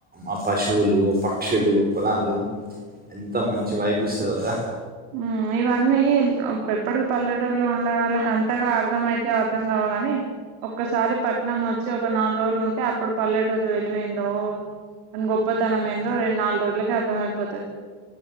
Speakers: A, on the right; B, on the right.
A: ఆ పశువులు పక్షులు పొలాలు ఎంత మంచి వైబ్ ఇస్తాదో కదా
B: మ్మ్ ఇవన్నీ ఎప్పటికి పల్లెటూరులో ఉండే వాళ్ళకి అంత కొత్తగా అర్థం అయితాయో అర్థం కావో కాని ఒక్కసారి పట్నం వచ్చి ఒక నాలుగు రోజులు ఉంటే అప్పుడు పల్లెటూరు విలువేందో దాని గొప్పతనం ఏందో రెండు నాలుగు రోజులకే అర్థమైపోతాది